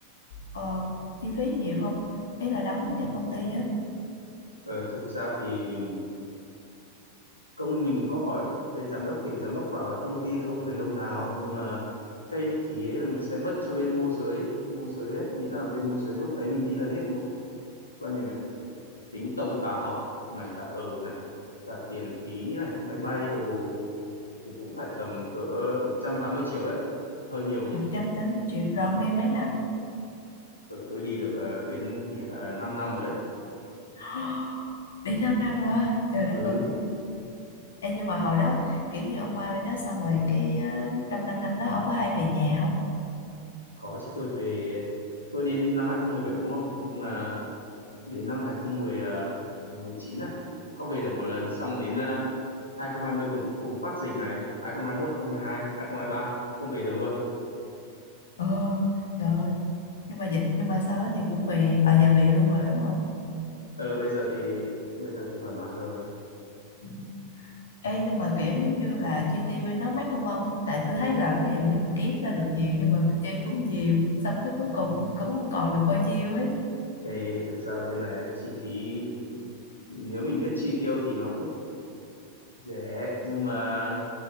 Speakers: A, on the left; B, on the left.
A: ờ, chi phí nhiều không ý là đóng cho công ty á
B: Ờ, thực ra thì mình công mình có hỏi bên giám đốc thì cái giám đốc bảo là công ty không lấy đồng nào nhưng mà cái phí ấy là mình sẽ mất cho bên môi giới môi giới ấy nghĩa là bên môi giới lúc ấy mình đi là hết một bao nhiêu nhỉ tính tổng cả học này cả ở này cả tiền phí này máy bay đồ thì cũng phải tầm cỡ 180 triệu đấy hơi nhiều nhỉ
A: một trăm tám mươi triệu rồi ông đi mấy năm
B: ừ, tôi đi được ờ, đến hiện tại là 5 năm rồi đấy
A: <gasps> đi 5 năm rồi á. trời đất
B: ừ
A: ơi Ê, nhưng mà hồi đó kiểu như ông qua bên đó xong rồi cái ờ, trong 5 năm đó ông có hay về nhà không
B: có chứ tôi về tôi đến năm hai không một bảy đúng không nhưng mà đến năm hai không một chín à có về được một lần xong đến ờ, 2020 bùng, bùng phát dịch này hai không hai 2022 2023 không hai hai, hai không hai ba không về được luôn
A: ờ trời ơi nhưng mà dịch nhưng mà sau đó thì cũng về ở à, giờ về luôn rồi đúng không
B: ờ bây giờ thì bây giờ thì thoải mái rồi
A: Ừ. Ê, nhưng mà kiểu giống như là chi tiêu bên đó mắc không ông? Tại tôi thấy là ví dụ như mình kiếm ra được nhiều nhưng mà mình chi cũng nhiều, xong cái cuối cùng cũng không còn được bao nhiêu ấy.
B: Ê, thực ra ở bên này chi phí ừ, nếu mình biết chi tiêu thì nó cũng rẻ, nhưng mà